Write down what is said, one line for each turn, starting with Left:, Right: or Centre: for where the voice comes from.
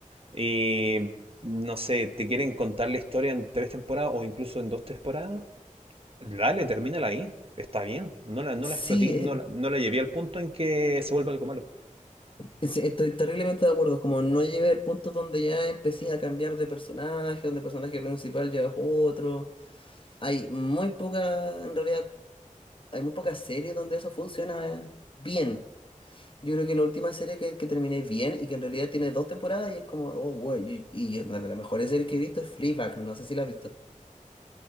Right: y no sé, te quieren contar la historia en tres temporadas o incluso en dos temporadas, dale, termínala ahí. Está bien. No la, no
Left: Sí,
Right: la exploté,
Left: eh,
Right: no la, no la llevé al punto en que se vuelva algo malo.
Left: es- estoy terriblemente de acuerdo, como no llegué al punto donde ya empecé a cambiar de personaje, donde el personaje principal ya es otro. Hay muy pocas, en realidad, hay muy pocas series donde eso funciona bien. Yo creo que la última serie que, que terminé bien y que en realidad tiene dos temporadas y es como, oh, bueno, y, y es una de las mejores series que he visto es Fleabag, no sé si la has visto.